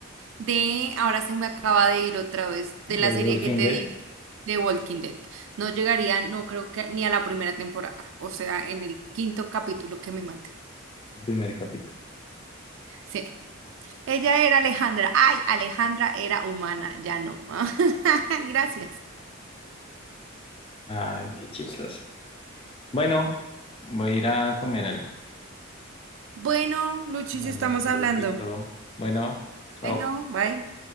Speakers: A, on the right (about 65°); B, on the left (about 25°).
A: de, ahora se me acaba de ir otra vez, de
B: The
A: la serie
B: Walking
A: que te
B: Dead,
A: dije, de Walking Dead. No llegaría, no creo que ni a la primera temporada, o sea, en el quinto capítulo que me mate.
B: el primer capítulo.
A: Sí, ella era Alejandra. Ay, Alejandra era humana, ya no. <laughs> Gracias.
B: Ay, qué chistoso. Bueno, voy a ir a comer algo.
A: Bueno, Luchi, si estamos
B: Más tardecito.
A: hablando.
B: Bueno, chao.
A: Bueno, bye.